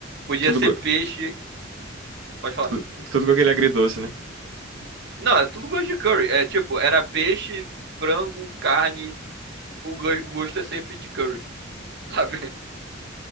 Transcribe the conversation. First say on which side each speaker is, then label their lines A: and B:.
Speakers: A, on the right; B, on the right.
A: Podia
B: tudo,
A: ser
B: go-
A: peixe. Pode falar.
B: tudo, tudo com aquele agridoce, né?
A: Não, é tudo gosto de curry. É tipo, era peixe, frango, carne. O go- o gosto é sempre de curry, sabe? <laughs>